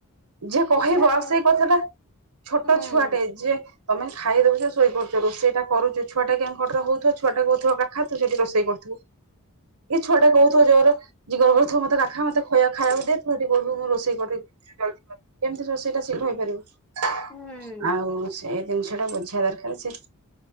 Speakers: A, on the right; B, in the centre.
A: ଯେ କହିବ
B: ବିଛଣାରୁ
A: ଆଉ ସେଇ କଥା ଟା ଛୋଟ
B: ହୁଁ ହୁଁ
A: ଛୁଆଟେ ଯେ। ତମେ ଖାଇଦଉଛ ଶୋଇ ପଡୁଛ ରୋଷେଇଟା। କରୁଛୁ ଛୁଆା କେଁ କଟର ହୋଇଥିବ ଛୁଟା କଉଥିବ କାଖା ସେଠି ରଷେଇ କରୁଥୁ। କି ଛୁଆ ଟା କହୁଥିବ ଜୋର। ଯ ଗର୍ବରେ ଥିବ ମତେ କା ମତେ ଖୁଆ ଖାଇବାକୁ ଦେ ଥୁ ଟି କରଲୁ ମୁଁ ରୋଷେଇ କର। <unintelligible> କେମିତି ସେଇଟା ଶୀଘ୍ର ହେଇପାରିବ
B: ହୁଁ ହୁଁ
A: ଆଉ ସେଇ ଜିନିଷ ଟା ବୁଝିବା ଦରକାର ସେ।